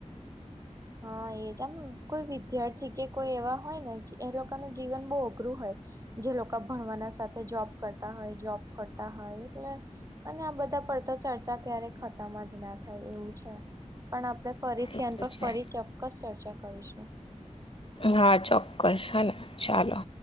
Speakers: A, on the right; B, on the left.
A: હ. હા, એ જ. કોઈ વિદ્યાર્થી કે કોઈ એવા હોય ને, એ લોકોનું જીવન બહુ અઘરું હોય. જે લોકો ભણવાના સાથે જોબ કરતા હોય, જોબ શોધતા હોય એટલે, અને આ બધા પડતા. તો ચર્ચા ક્યારે ખતમ જ ના થાય એવું છે, પણ આપણે ફરીથીન
B: એ તો
A: પર
B: છે
A: ફરી ચોક્કસ ચર્ચા કરીશું.
B: હા, ચોક્કસ. હાલ, ચાલો.